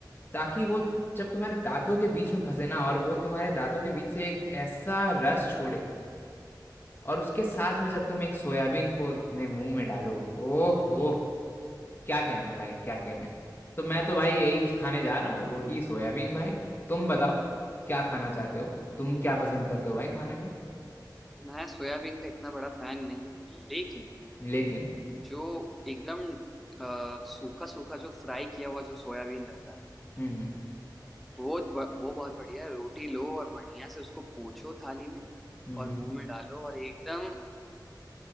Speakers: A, on the left; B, in the centre.
A: ताकि वो जब तुम्हारे दांतों के बीच में फंसे ना और वो तुम्हारे दांतों के बीच से एक ऐसा रस छोड़े और उसके साथ में जब तुम एक सोयाबीन को अपने मुंह में डालो ओहो क्या कहना है भाई क्या कहना है तो मैं तो भाई यही खाने जा रहा हूँ रोटी सोयाबीन भाई तुम बताओ क्या खाना चाहते हो तुम क्या पसंद करते हो भाई खाने को
B: मैं सोयाबीन का इतना बड़ा फैन नहीं हूँ लेकिन
A: लेकिन
B: जो एकदम अ, सूखा सूखा जो फ्राई किया हुआ जो सोयाबीन रहता है
A: हम्म हम्म
B: वो ब- वो बहुत बढ़िया है रोटी लो और बढ़िया से उसको पोंछो थाली में
A: हम्म।
B: और
A: हम्म।
B: मुंह में डालो और एकदम